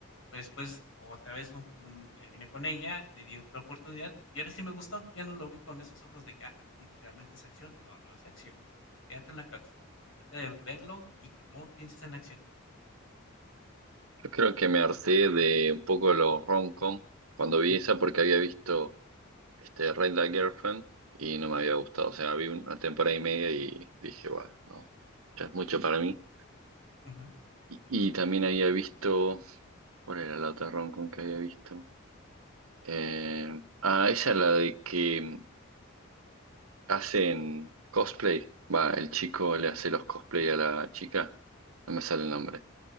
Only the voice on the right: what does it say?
yo creo que me harté de un poco de los rom-com cuando vi
esa porque había visto este, Rent a Girlfriend y no me había gustado. O sea, vi una temporada y media y dije, bueno, no, ya es mucho para mí.
Y, y también había visto, ¿cuál era la otra rom con que había visto? Eh, ah, esa es la de que hacen cosplay. Va, el chico le hace los cosplay a la chica. No me sale el nombre.